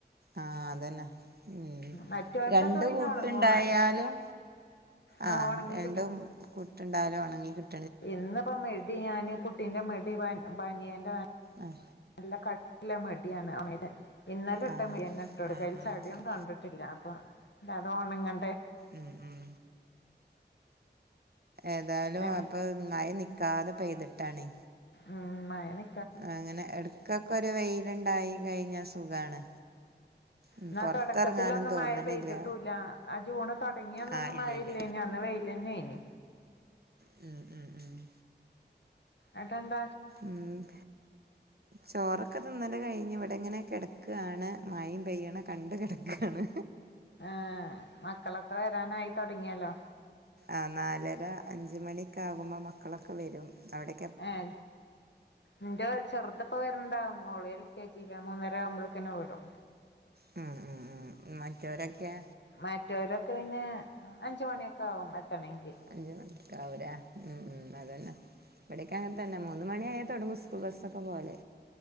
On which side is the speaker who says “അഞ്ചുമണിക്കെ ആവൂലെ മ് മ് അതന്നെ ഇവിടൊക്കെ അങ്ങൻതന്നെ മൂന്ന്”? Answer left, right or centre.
Right